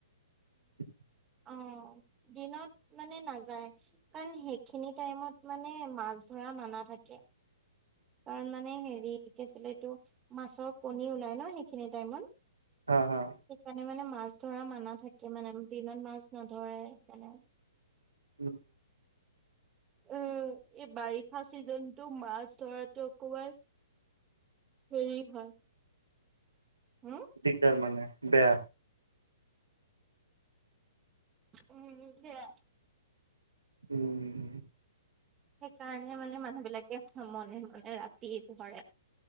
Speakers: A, on the right (about 90°); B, on the right (about 20°).
A: উমঁ!
B: অঁ দিনত মানে নাযায়। কাৰণ সেইখিনি টাইমত মানে মাছ ধৰা মানা থাকে। কাৰণ মানে হেৰি কি আছিলে এইটো মাছৰ কণী ওলাই ন সেইখিনি টাইমত।
A: হা হা!
B: সেইকাৰণে মানে মাছ ধৰা মানা থাকে মানে দিনত মাছ নধৰে সেইকাৰণে।
A: উমঁ!
B: উমঁ এই বাৰিষা চিজনটো মাছ ধৰাতো অকমান- হেৰি হয়। হোম।
A: দিগদাৰ মানে বেয়া।
B: উমঁ বেয়া।
A: উম
B: সেইকাৰণে মানে মানুহ বিলাকে মনে মনে ৰাতি ধৰে।